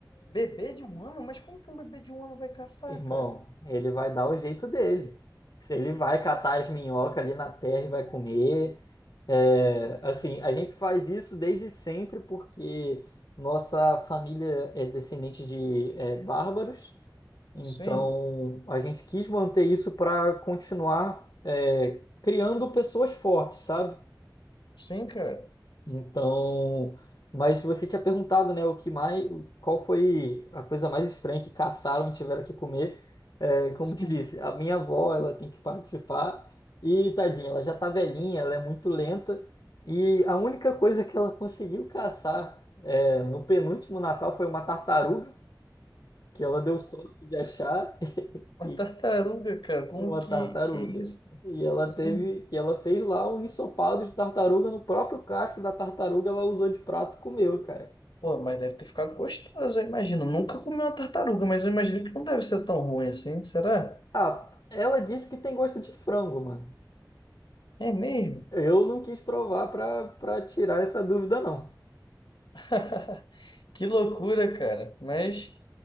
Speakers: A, on the left; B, on the left.
A: Bebê de um ano? Mas como que um bebê de um ano vai caçar,
B: irmão,
A: cara?
B: ele vai dar o jeito dele. Se Ele vai catar as minhocas ali na terra e vai comer. É, assim, a gente faz isso desde sempre porque nossa família é descendente de é, bárbaros. Então,
A: Sim,
B: a gente quis manter isso para continuar é, criando pessoas fortes, sabe?
A: sim, cara.
B: Então, mas você tinha perguntado, né, o que mais, qual foi a coisa mais estranha que caçaram e tiveram que comer? É, como te
A: Sim.
B: disse, a minha avó, ela tem que participar e tadinha, ela já tá velhinha, ela é muito lenta e a única coisa que ela conseguiu caçar é, no penúltimo Natal foi uma tartaruga que ela deu sorte de achar. <laughs>
A: Uma
B: E
A: tartaruga, cara, como
B: uma
A: que,
B: tartaruga.
A: que isso?
B: E ela teve,
A: Sim.
B: que ela fez lá um ensopado de tartaruga no próprio casco da tartaruga, ela usou de prato e comeu, cara.
A: Pô, mas deve ter ficado gostoso, eu imagino. Nunca comi uma tartaruga, mas eu imagino que não deve ser tão ruim assim, será?
B: Ah, ela disse que tem gosto de frango, mano.
A: É mesmo?
B: Eu não quis provar pra, pra tirar essa dúvida, não.
A: <laughs> Que loucura, cara. Mas